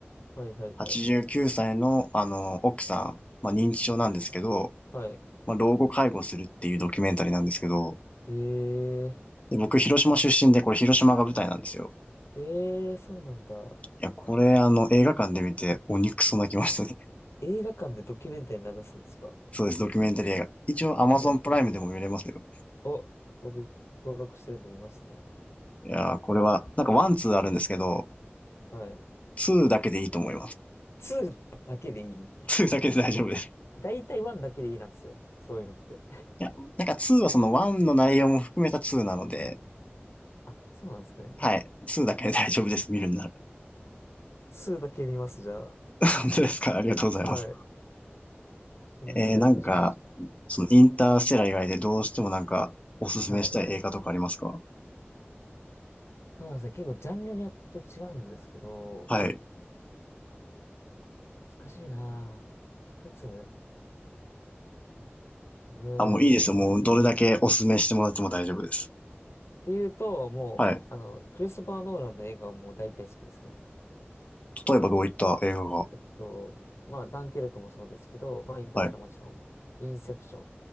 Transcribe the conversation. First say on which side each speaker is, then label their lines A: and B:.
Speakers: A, on the left; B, on the left.
A: はいはいはい。
B: 89歳の、あの、奥さん、まあ、認知症なんですけど、
A: はい。
B: まあ、老後介護するっていうドキュメンタリーなんですけど、
A: ええ
B: で、僕、広島出身で、これ広島が舞台なんですよ。
A: ー、ええー、そうなんだ。
B: いや、これ、あの、映画館で見て鬼クソ泣きましたね。
A: 映画館でドキュメンタリー流すんですか
B: <laughs> そうです、ドキュメンタリー映画。一応、
A: すごっ。
B: Amazon プライムでも見れますよ。
A: お、僕、登録してるんで見ますね。
B: いやー、これは、なんかワンツーあるんですけど、
A: はい。
B: ツーだけでいいと思います。
A: 2だけでいい。
B: ツーだけで大丈夫です。
A: だいたい1だけでいいなんですよ。そういうのって。
B: いや、なんか2はその1の内容も含めた2なので、
A: あ、そうなんですね。
B: はい。2だけで大丈夫です、見るんなら。
A: 2だけ見ます、じゃあ。
B: <laughs> 本当ですかありがとうございます。
A: はい。見ますからよろしくお願いします。
B: えー、なんか、そのインターステラ以外でどうしてもなんか、おすすめしたい映画とかありますか
A: はい。そうですね。結構ジャンルによって違うんですけど、
B: はい。
A: 難しいなぁ。一つ。うーん。
B: あ、もういいですよ。もうどれだけおすすめしてもらっても大丈夫です。
A: ていうと、もう、
B: はい。
A: あの、クリストファー・ノーランの映画はもう大体好きですね。
B: 例えばどういった映画が
A: えっと、まあ、ダンケルクもそうですけど、まあ、インターステラーもちろん、
B: はい。
A: インセプション